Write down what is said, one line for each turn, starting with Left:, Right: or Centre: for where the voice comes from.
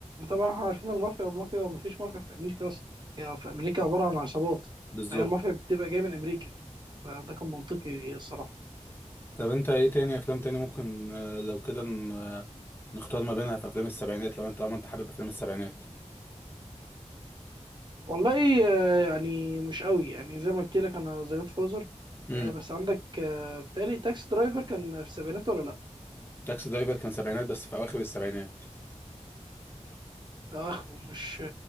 Right: طبعا احنا عارفين المافيا المافيا ما فيش مافيا في امريكا اصلا يعني في امريكا عباره عن عصابات
Left: بالظبط
Right: فهي المافيا بتبقى جايه من امريكا فده كان منطقي الصراحه
Left: طب انت ايه تاني افلام تاني ممكن آه، لو كده ن- آه، نختار ما بينها في افلام السبعينات لو انت طالما انت حابب افلام السبعينات
Right: والله آه يعني مش قوي يعني زي ما قلت لك انا ذا جاد فازر
Left: امم
Right: بس عندك آه، بتهيألي تاكسي درايفر كان في السبعينات ولا لا
Left: تاكسي درايفر كان سبعينات بس في اواخر السبعينات
Right: اخ ومش اه